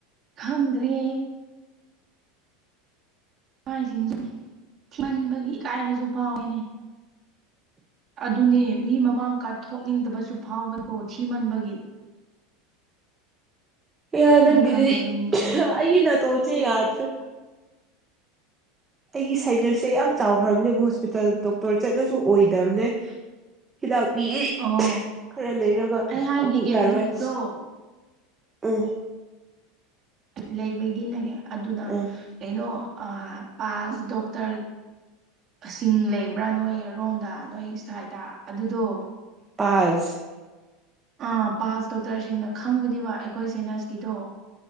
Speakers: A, on the right (about 40°); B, on the right (about 20°).
A: ꯈꯪꯗ꯭ꯔꯦ ꯃꯥꯏꯁꯤꯡꯁꯨꯃꯟꯕꯒꯤ ꯏꯀꯥꯏꯕꯁꯨ ꯐꯥꯎꯋꯅꯦ ꯑꯗꯨꯅꯦ ꯃꯤ ꯃꯃꯥꯡꯀꯊꯣꯛꯅꯤꯡꯗꯕꯁꯨ ꯐꯥꯎꯋꯦꯀꯣ ꯁꯤꯃꯟꯕꯒꯤ
B: ꯌꯥ ꯅꯪꯒꯗ
A: ꯅꯪ ꯈꯪꯗꯕꯩꯅꯤꯀꯣ
B: ꯑꯩꯒꯤ ꯅ ꯇꯣꯟꯖꯦ ꯌꯥꯗ꯭ꯔ ꯑꯩꯒꯤ ꯁꯥꯏꯅꯁꯦ ꯌꯥꯝ ꯆꯥꯎꯈ꯭ꯔꯕꯅꯦꯕ ꯍꯣꯁꯄꯤꯇꯥꯜ ꯗꯣꯛꯇꯔ ꯆꯠꯂꯁꯨ ꯑꯣꯏꯗꯕꯅꯦ ꯍꯤꯗꯥꯛ ꯄꯤꯒꯤ
A: ꯑꯣ
B: ꯈꯔ ꯂꯩꯔꯒ
A: ꯑꯩ ꯍꯥꯏꯕꯤꯒꯦ
B: ꯑꯃꯨꯛ ꯌꯥꯔꯣꯏ
A: ꯑꯗꯨꯒꯤꯗꯣ
B: ꯑ
A: ꯂꯩꯕꯒꯤꯅꯦꯅꯦ ꯑꯗꯨꯅ
B: ꯎꯝ
A: ꯀꯩꯅꯣ ꯄꯜꯁ ꯗꯣꯛꯇꯔ ꯁꯤꯡ ꯂꯩꯕ꯭ꯔꯥ ꯅꯣꯏ ꯔꯣꯝꯗ ꯅꯣꯏ ꯏꯁꯇꯥꯏꯇꯥ ꯑꯗꯨꯗꯣ
B: ꯄꯥꯁ
A: ꯑꯥ ꯄꯥꯁ ꯗꯣꯛꯇꯔꯁꯤꯡꯅ ꯈꯪꯕꯅꯦꯕ ꯑꯩꯈꯣꯏ ꯁꯦꯅꯁꯀꯤꯗꯣ